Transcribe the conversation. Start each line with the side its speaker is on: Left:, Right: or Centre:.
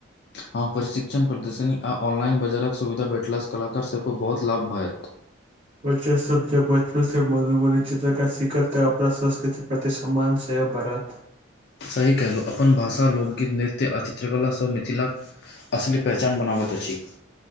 Left: हँ प्रशिक्षण प्रदर्शनी आ ऑनलाइन बजारक सुविधा भेटलासँ कलाकारसभके बहुत लाभ भाइत
Right: बच्चा सब जब बचपन से मधुबनी चित्रकार सिखत तै अपना संस्कृति पर सम्मान सेहो बरहत।
Left: सही कहलहुँ अपन भाषा लोकगीत नृत्य आ चित्रकलासभ मिथिलाक असली पहचान बनाबैत अछि